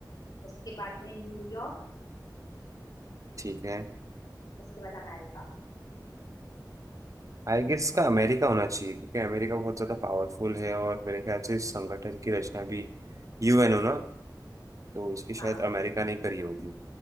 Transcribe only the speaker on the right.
ठीक है
आई गेस इसका अमेरिका होना चाहिए क्योंकि अमेरिका बहुत ज़्यादा पावरफुल है और मेरे ख्याल से इस संगठन की रचना भी यूएन हो ना तो इसकी शायद
अमेरिका ने करी होगी